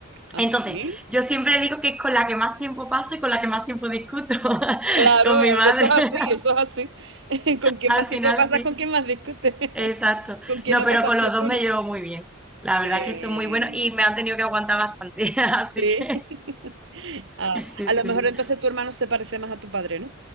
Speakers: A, on the right; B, in the centre.
A: ¿Así?
B: Entonces, yo siempre digo que es con la que más tiempo paso y con la que más tiempo discuto, <laughs>
A: Claro,
B: con mi
A: eh,
B: madre.
A: eso es
B: <laughs>
A: así, eso es así. <laughs> Con quien
B: Al
A: más tiempo
B: final
A: pasas,
B: sí,
A: con quien más discutes. <laughs>
B: exacto.
A: Con quien
B: No,
A: no
B: pero
A: pasas
B: con
A: tiempo,
B: los dos me
A: ¿no?
B: llevo muy bien.
A: Sí,
B: La verdad que son muy buenos y me han tenido que aguantar bastante, <laughs> así
A: sí.
B: que
A: <laughs> Ah,
B: sí,
A: a lo
B: sí.
A: mejor entonces tu hermano se parece más a tu padre, ¿no?